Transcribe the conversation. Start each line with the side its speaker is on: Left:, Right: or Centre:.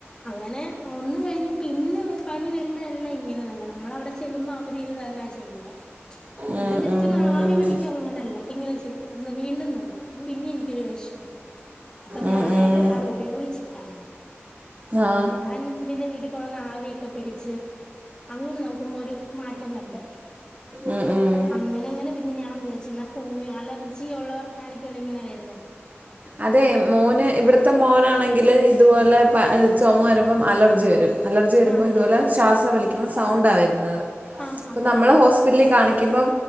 Left: അങ്ങനെ ഒന്ന് കഴിഞ്ഞ് പിന്നെ നമ്മള് പനി വരുമ്പോഴെല്ലാം ഇങ്ങനെ തന്നെ നമ്മൾ അവിടെ ചെല്ലുമ്പോ അവര് ഇത് തന്നാ ചെയ്യുന്നെ
Right: ഉം,
Left: എന്നാ ജസ്റ്റ്
Right: ഉം.
Left: ഒന്ന് ആവി പിടിക്കും അങ്ങനെ അല്ല ഇങ്ങനെ ചെയ്യുന്നത് വീണ്ടും ഇന്ന് എനിക്കൊരു വിഷമം അപ്പം
Right: ഉം,
Left: ഞാനായിട്ട്
Right: ഉം.
Left: അത് ഉപയോഗിച്ചില്ല.
Right: ആ
Left: ഞാൻ പിന്നെ വീട്ടിൽ കൊണ്ടുവന്ന് ആവിയൊക്കെ പിടിച്ച് അങ്ങനെ നോക്കുമ്പോ ഒരു മാറ്റം കണ്ടു
Right: ഉം, ഉം.
Left: അങ്ങനങ്ങനെ പിന്നെ ഞാൻ വിചാരിച്ചു ചെന്നാ ഹൂമി അലർജി ഒള്ളവർക്കാരി ക്കു അല്ല ഇങ്ങനെ വരുന്നെ
Right: അതേ മോന് ഇവിട്ത്തെ മോനാണെങ്കില് ഇതുപോലെ വ ഹ് ചൊമ വരമ്പം അലർജി വെരും. അലർജി വരുമ്പോ
Left: ആണല്ലേ
Right: ഇതോലെ ശ്വാസ വലി സൗണ്ടാ വരുന്നെത്
Left: ആഹ്
Right: ഇപ്പം
Left: ആഹ്
Right: നമ്മളെ ഹോസ്പിറ്റ്ല് കാണിക്കുമ്പം